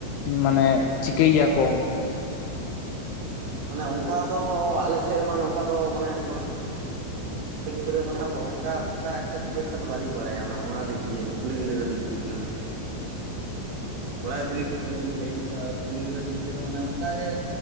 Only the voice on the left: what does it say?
ᱢᱟᱱᱮ ᱪᱤᱠᱟᱹᱭᱮᱭᱟ ᱠᱚ?